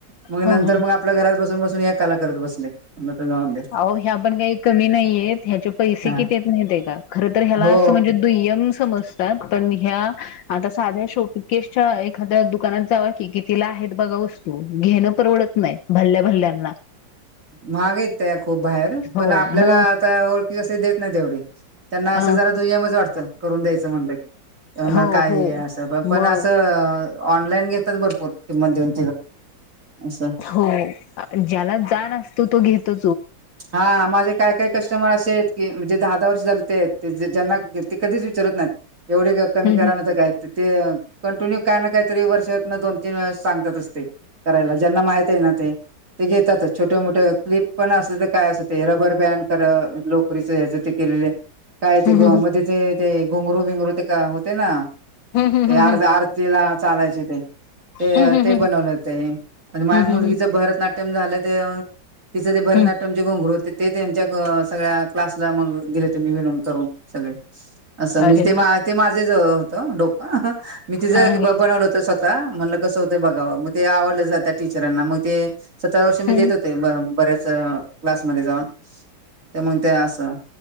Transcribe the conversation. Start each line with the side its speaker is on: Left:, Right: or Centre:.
Right: मग
Left: हो
Right: नंतर
Left: हो.
Right: मग आपल्या घरात बसून बसून ह कला करत बसलेय. तर जाऊन दे
Left: अहो ह्या पण काही कमी नाहीयेत ह्याचे पैसे
Right: हा
Left: किती येत नाही का खरं तर ह्याला
Right: हो
Left: असं म्हणजे दुय्यम समजतात पण ह्या आता साध्या शोकेशच्या एखाद्या दुकानात जावा की कि तिला आहेत बघा वस्तू घेणं परवडत नाही भल्ल्या भल्ल्यांना
Right: माहागित खूप बाहेर
Left: हो
Right: पण आपल्याला
Left: मग
Right: आता ओळखी कसशी देत नाही तेवढी त्यांना असं
Left: अ
Right: जरा दुय्यम च वाटतं करून द्यायचं म्हणलं की
Left: हो
Right: काय
Left: हो
Right: असं पण पण
Left: मग
Right: असं ऑनलाईन घेत. भरपूर किंमत देऊन असं
Left: हो ज्याला जाण असतो तो घेतो
Right: हा माझे काय काय कस्टमर असेल की म्हणजे दहा दहा वर्ष झालं ते ते ज्यांना ते कधीच विचारत नाही एवढे कमी
Left: हम्म
Right: कराण तर काय ते कंटिन्यू काय ना काही तरी वर्षात दोन तीन वेळा सांगतात ते करायला ज्यांना माहित आहे ना ते घेतातच छोटे मोठे क्लिप पण असतं काय असतं ते रबर बॅन कर लोकरीच हच ते केलेले काय
Left: हम्म
Right: ते गोवामध्ये ते ते घुंगरू बिंगरू ते का होते ना
Left: हम्म
Right: ते आरती आरतीला चालायचे ते ते
Left: हम्म
Right: ते बनवलं हो ते माझ्या
Left: हम्म
Right: मुलगीचं भरतनाट्यम झालं ते तिचं ते भरनाट्य
Left: हम्म
Right: ते त्यांच्या सगळ्या क्लासला मग दिले हो मी विनून करून सगळे असं म्हणजे
Left: अरे
Right: ते मा ते माझेच होतं डोकं मी तिझं
Left: हा
Right: बनवलं होत स्वतः म्हणलं कसं होतं बघावं मग ते आवड जात टीचरांना मग ते सतरा वर्ष
Left: हम्म
Right: मी देत होते बऱ्याच क्लासमध्येध्ये जाऊन त्या मग ते असं